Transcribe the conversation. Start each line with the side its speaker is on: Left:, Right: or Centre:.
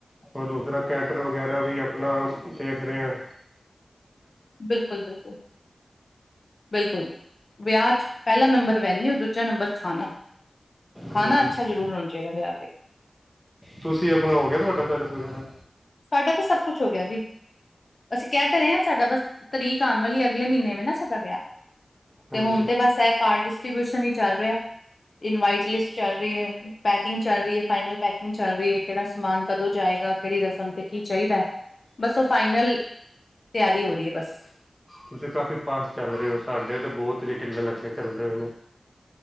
Centre: ਰ ਦੂਸਰਾ ਕੈਟਰ ਵਗੈਰਾ ਵੀ ਆਪਣਾ ਦੇਖ ਰਹੇ ਹ
Left: ਬਿਲਕੁਲ ਬਿਲਕੁਲ ਬਿਲਕੁਲ ਵਿਆਹ ' ਪਹਿਲਾ ਨੰਬਰ ਵਨਿਉ ਦੂਜਾ ਨੰਬਰ ਖਾਣਾ ਖਾਣਾ
Centre: ਹਾਂਜੀ
Left: ਅੱਛਾ ਜ਼ਰੂਰ ਹੋਣਾ ਚਾਹੀਦਾ ਵਿਆਹ ਤੇ
Centre: ਤੁਸੀਂ ਅਪਣਾਓਗੇ ਤੁਹਾਡਾ ਪੈਲੇਸ ਵਗੈਰਾ
Left: ਸਾਡਾ ਤੇ ਸਭ ਕੁਛ ਹੋ ਗਿਆ ਜੀ ਅਸੀਂ ਕਹਿ ਤੇ ਰਹੇ ਹਾਂ ਸਾਡਾ ਬਸ ਤਰੀਕ ਆਉਣ ਵਾਲੀ ਅਗਲੇ ਮਹੀਨੇ ਵ ਨਾ ਸਾਡਾ ਵਿਆਹ
Centre: ਹਾਂਜੀ
Left: ਤੇ ਹੁਣ ਤੇ ਬਸ ਇਹ ਕਾਰਡ ਡਿਸਟਰੀਬਿਊਸ਼ਨ ਹੀ ਚੱਲ ਰਿਹਾ ਇਨਵਾਟ ਲਿਸਟ ਚੱਲ ਰਹੀ ਹੈ ਪੈਕਿੰਗ ਚੱਲ ਰਹੀ ਹੈ ਫਾਈਨਲ ਪੈਕਿੰਗ ਚੱਲ ਰਹੀ ਹੈ ਕਿਹੜਾ ਸਮਾਨ ਕਦੋਂ ਜਾਏਗਾ ਕਿਹੜੀ ਰਸਮ ਤੇ ਕੀ ਚਾਹੀਦਾ ਬਸ ਉਹ ਫਾਈਨਲ ਤਿਆਰੀ ਹੋ ਰਹੀ ਹੈ ਬਸ।
Centre: ਤੁਸੀਂ ਕਾਫੀ ਫਾਸਟ ਚੱਲ ਰਹੇ ਹੋ ਸਾਡੇ ਤੇ ਬਹੁਤ ਢਿੱਲ ਲੱਗੇ ਚੱਲਦੇ ਹੋ ਨੇ